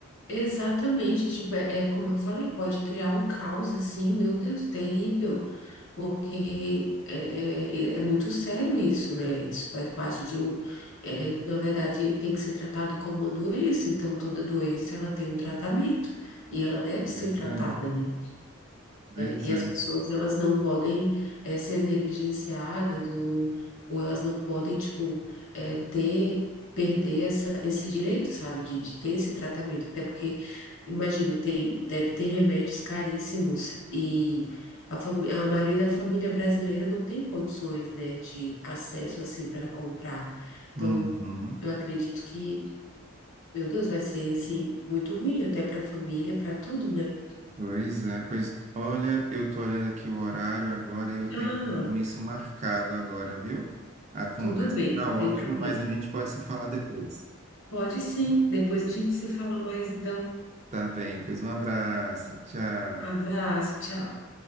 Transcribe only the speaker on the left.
Exatamente, tipo, é, é como eu falei, pode criar um caos assim, meu Deus, terrível, porque é, é, é muito sério isso, né? Isso faz parte de um, é, na verdade, tem que ser tratado como uma doença, então toda doença ela tem um tratamento e ela deve
ser tratada,
né?
E
as pessoas, elas não podem eh, ser negligenciadas ou, ou elas não podem, tipo, eh, ter, perder essa, esse direito, sabe, de, de ter esse tratamento. Até porque, imagina, tem, deve ter remédios caríssimos e a, fami- a maioria da família brasileira não tem condições, né, de acesso, assim, para comprar. Então,
eu acredito que, meu Deus, vai ser, assim, muito ruim até para a família, para tudo, né?
Ah,
tudo bem,
não
tem problema.
Pode sim.
Depois a gente se fala mais, então.
Abraço, tchau.